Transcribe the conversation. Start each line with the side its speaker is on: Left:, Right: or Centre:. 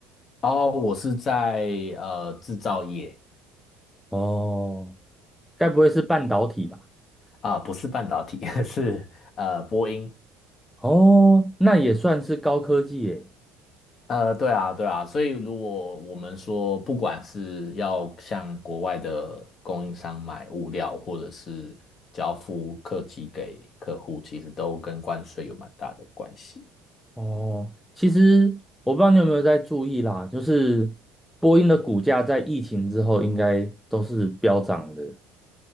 Left: 哦，我是在呃制造业
Centre: 哦，该不会是半导体吧？
Left: 啊，不是半导体，<laughs> 是呃波音。
Centre: 哦，那也算是高科技耶。
Left: 呃，对啊，对啊，所以如果我们说，不管是要向国外的供应商买物料，或者是交付客机给客户，其实都跟关税有蛮大的关系。
Centre: 哦，其实我不知道你有没有在注意啦，就是波音的股价在疫情之后应该都是飙涨的。